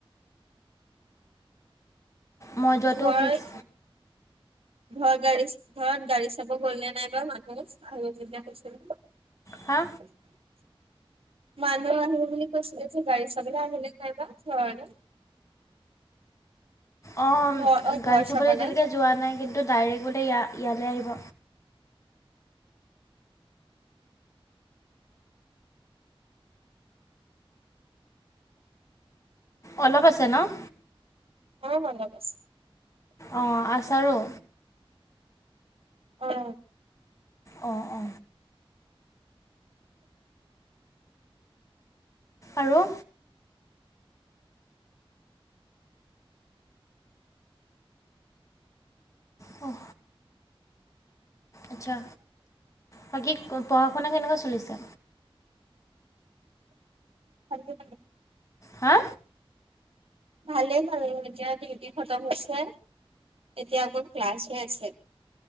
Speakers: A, on the left (about 35°); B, on the right (about 75°).
A: মই যোৱাটোও
B: ঘৰ,
A: ফিক্স
B: ঘৰৰ গাড়ী ঘৰত গাড়ী চাব গ'লনে নাইবা মানুহ? আহিব বুলি কৈছিল।
A: হা?
B: <inaudible> মানুহ আহিব বুলি কৈছিলে যে, গাৰি চাবলৈ, আহিলেনে নাই বা।
A: অ',
B: ঘৰ অ
A: গাড়ী
B: ঘৰ
A: থ'বলৈ
B: চাবলে
A: এতিয়ালৈকে যোৱা নাই, কিন্তু ডাইৰেক্ট বোলে ই ইয়ালৈ আহিব। অলপ আছে ন'?
B: অ', অলপ আছেঁ।
A: অ', আছাৰো।
B: অ'।
A: অ', অ'। আৰু? অ'। আচ্ছা, বাকী পঢ়া শুনা কেনেকুৱা চলিছে?
B: ভালেই আৰু।
A: হা?
B: ভালেই বাৰু, এতিয়া ডিউটি খতম হৈছে, এতিয়া অকল ক্লাছ হৈ আছেঁ।